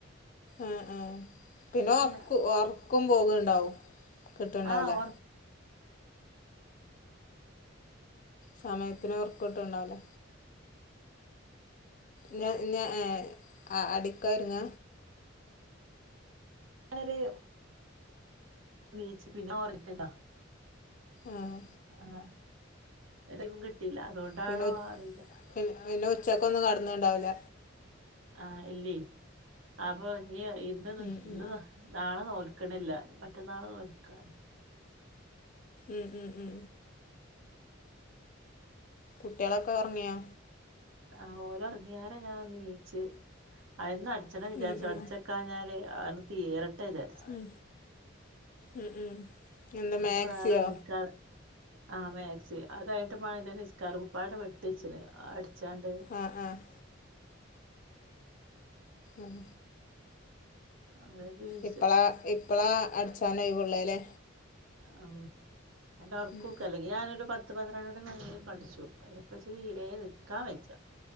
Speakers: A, on the left; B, on the right.
A: അ അ പിന്നെ
B: ഇനി
A: ഒർക്ക് ഒർക്കും പോകണ്ടാവും കിട്ടണ്ടാവലേ
B: ആഹ് ഒർ
A: സമയത്തിന് ഓർക്കുട്ട് ണ്ടാവലേ ഞാ ഞാ ഏ അടിക്കരുങ്ങ
B: വളരെ നീച്ച പിന്നെ ഓർയിട്ടില്ല
A: ആഹ
B: ആഹ് എന്നപ്പും കിട്ടിയില്ല അതുകൊണ്ടാണോ
A: പിന്നെ ഉ-
B: അറിയില്ല
A: പിന്നെ പിന്നെ ഉച്ചക്ക ഒന്നും കടന്നണ്ടാവില്ല
B: ആഹ് ഇല്ലീ അപ്പൊ നീ ഇന്ത്
A: ഉം
B: ഇ
A: ഉം
B: നാളെ നോ ല് ക്കണില്ല മറ്റന്നാള് നോക്കാൻ
A: ഉം ഉം ഉ കുട്ടികളൊക്കെ ഉറങ്ങിയാ
B: ആഹ ഓല ഒറങ്ങിയര ഞാൻന്ന് നീച്ച് അന്ന് അച്ഛനെ വിചാരിച്ചു
A: ഉം ഉം
B: അടിച്ചക്കഞ്ഞാല് അന് തീരട്ടെ വിചാരിച്ചു
A: ഉം ഉം ഉം എന്താ
B: എനിക്ക്
A: മാക്സിയോ
B: വേറെ നിക്കാ ആ മക്സി അത് കഴിഞ്ഞട്ട് ണന്റെ നിസ്കാര കുപ്പയടെ വെട്ടിച്ചിന് അടിച്ചാണ്ട്
A: ആഹ് ആഹ് ആഹ
B: അത് പീസ്
A: ഇപ്പളാ ഇപ്പളാ അടിച്ചാന ഒഴിവുള്ളെ ലെ
B: ഉ അല്ല ഉറക്കൊക്കെ
A: ഉം
B: അല്ലെങ്കി ഞാനൊരു പ പത്ത് പത്രാടമണി മേലെ അഠിച്ചു അതി ച്ച് പ്പ തീരെ നിക്കാൻ വെച്ച